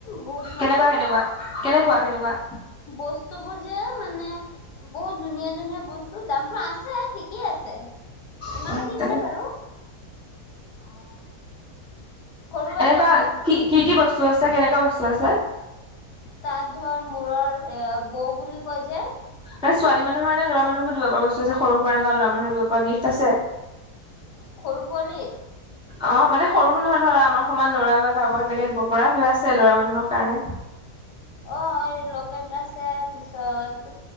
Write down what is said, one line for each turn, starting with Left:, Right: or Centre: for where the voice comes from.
Left: বহুত
Centre: কেনেকুৱা
Left: ভাল
Centre: কেনেকুৱা? কেনেকুৱা কেনেকুৱা?
Left: বস্তুবোৰযে মানে বহুত ধুনীয়া ধুনীয়া বস্তু, দামটো আছে ঠিকেই আছে। ইমানো
Centre: <unintelligible> অহ।
Left: ঠিক নাই বাৰু সৰু
Centre: এনেকুৱা
Left: এটা বস্তু
Centre: কি, কি কি বস্তু আছে, কেনেকুৱা বস্তু আছে?
Left: তাত ধৰ মূৰৰ এ বৌ বুলি কয় যে
Centre: মানে ছোৱালী মানুহৰ নে ল'ৰা মানুহকো দিব পৰা বস্তু আছে, সৰু-সুৰা এনেকুৱা ল'ৰা মানুহ দিব পৰা গিফট আছে।
Left: সৰু পোৱালি
Centre: অহ' মানে সৰু বুলি নহয় নহয়, ধৰা আমাৰ সমান ল'ৰা বা কাৰোবাক এনেকে দিব পৰা কিবা আছে, ল'ৰা মানুহৰ কাৰণে।
Left: অহ' এই লকেট আছে, পিছত।